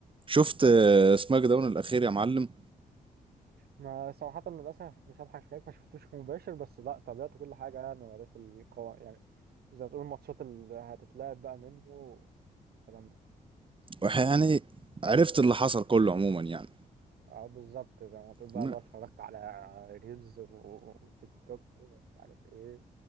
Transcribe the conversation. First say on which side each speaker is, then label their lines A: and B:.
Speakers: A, on the right (about 35°); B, on the right (about 80°).
A: شفت آه، سماك داون الاخير يا معلم
B: ما صراحة للأسف مش هضحك عليك ما شفتوش مباشر بس لا تابعت كل حاجة يعني وعرفت القوانين يعني زي ما تقول الماتشات اللي هتتلعب بقى منه والكلام ده
A: وح- يعني عرفت اللي حصل كله عموما يعني
B: اه بالظبط زي ما تقول بقى
A: ما-
B: لو اتفرجت على ريلز وتيك توك ومش عارف ايه